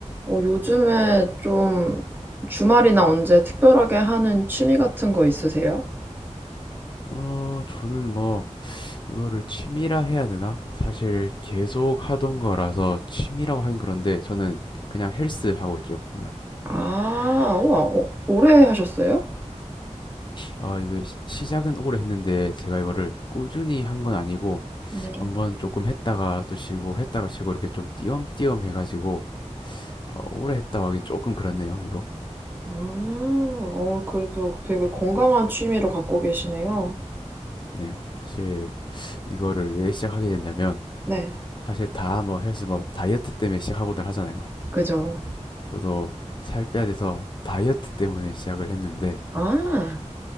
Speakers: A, on the right; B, on the left.
A: 어, 요즘에 좀 주말이나 언제 특별하게 하는 취미 같은 거 있으세요?
B: 어, 저는 뭐, 이거를 취미라 해야 되나? 사실 계속 하던 거라서 취미라고 하긴 그런데 저는 그냥 헬스 하고 있죠. 그냥.
A: 아, 우와, 어, 오래 하셨어요?
B: 아, 이게 시- 시작은 오래 했는데 제가 이거를 꾸준히 한 건 아니고
A: 네.
B: 한번 조금 했다가 또 쉬고 했다가 쉬고 이렇게 좀 띄엄띄엄 해가지고 어, 오래 했다고 하긴 조금 그렇네요, 이거.
A: 아, 어, 그래도 되게 건강한 취미를 갖고 계시네요.
B: 네. 사실 이거를 왜 시작하게 됐냐면
A: 네,
B: 사실 다 뭐 헬스 뭐 다이어트 때문에 시작하고들 하잖아요.
A: 그죠.
B: 저도 살 빼야 돼서 다이어트 때문에 시작을 했는데
A: 아,